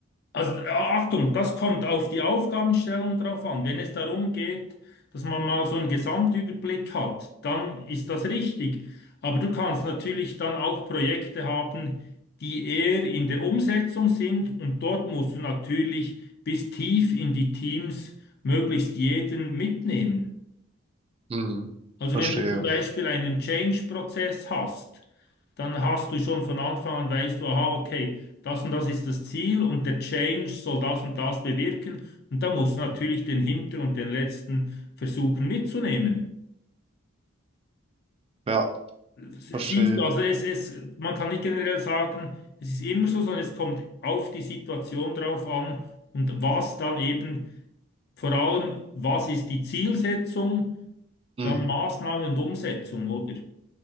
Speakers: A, on the left (about 50°); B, on the right (about 30°).
A: Also äh, Achtung, das kommt auf die Aufgabenstellung drauf an. Wenn es darum geht, dass man mal so einen Gesamtüberblick hat, dann ist das richtig. Aber du kannst natürlich dann auch Projekte haben, die eher in der Umsetzung sind und dort musst du natürlich bis tief in die Teams möglichst jeden mitnehmen.
B: Mhm.
A: Also
B: Verstehe.
A: wenn du zum Beispiel einen Change-Prozess hast, dann hast du schon von Anfang an, weißt du, aha, okay, das und das ist das Ziel und der Change soll das und das bewirken. Und da musst du natürlich den Hinter- und den letzten versuchen mitzunehmen.
B: Ja,
A: Siehst
B: verstehe.
A: du, also es, es, man kann nicht generell sagen, es ist immer so, sondern es kommt auf die Situation drauf an und was dann eben, vor allem, was ist die Zielsetzung,
B: Mhm.
A: dann Maßnahme und Umsetzung, oder?